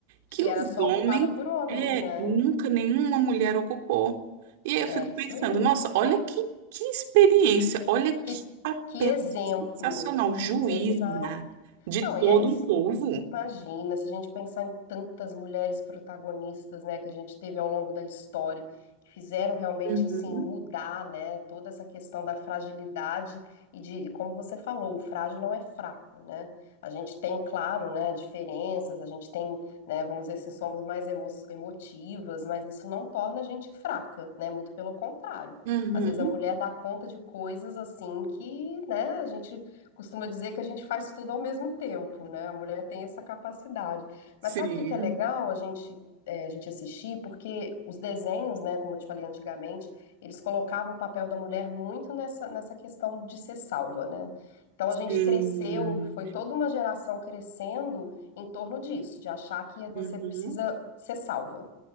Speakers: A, on the left; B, on the right.
A: que
B: que os
A: era só
B: homens
A: ocupada por homens,
B: é,
A: né?
B: nunca nenhuma mulher ocupou. E aí eu fico
A: É, é isso
B: pensando,
A: aí.
B: nossa, olha que, que experiência, olha que
A: Que,
B: papel
A: que exemplo.
B: sensacional, juíza
A: Exato.
B: de
A: Não, e
B: todo
A: aí
B: um povo.
A: Imagina, se a gente pensar em tantas mulheres protagonistas, né, que a gente teve ao longo da história, que fizeram realmente
B: Uhum,
A: assim mudar, né, toda essa questão da fragilidade e de, como você falou, o frágil não é fraco, né? A gente tem, claro, né, diferenças, a gente tem, né, vamos dizer assim, somos mais emo- emotivas, mas isso não torna a gente fraca, né? Muito pelo contrário.
B: uhum,
A: Às vezes a mulher dá conta de coisas assim que, né, a gente costuma dizer que a gente faz tudo ao mesmo tempo, né? A mulher tem essa capacidade. Mas
B: sim,
A: sabe o que que é legal a gente, é, a gente assistir? Porque os desenhos, né, como eu te falei antigamente, eles colocavam o papel da mulher muito nessa, nessa questão de ser salva, né? Então
B: sim,
A: a gente cresceu, foi toda uma geração crescendo em torno disso, de achar que você
B: uhum,
A: precisa ser salva